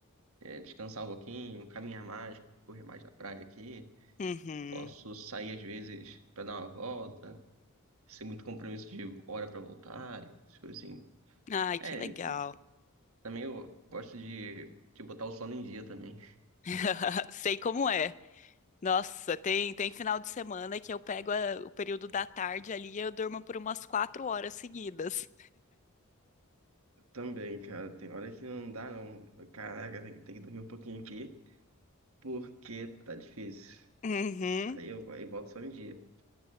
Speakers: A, on the right; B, on the left.
A: é, descansar um pouquinho, caminhar mais, correr mais na praia aqui.
B: Uhum.
A: Posso sair às vezes pra dar uma volta, sem muito compromisso de hora pra voltar, essas coisinhas.
B: Ai,
A: É,
B: que legal.
A: e também eu gosto de, de botar o sono em dia também.
B: <laughs> Sei como é. Nossa, tem, tem final de semana que eu pego a- o período da tarde ali e eu durmo por umas quatro horas seguidas.
A: Também, cara, tem hora que não dá, não. Caraca, tem que, tem que dormir um pouquinho aqui, porque tá difícil.
B: Uhum.
A: Aí eu, aí volto só um dia.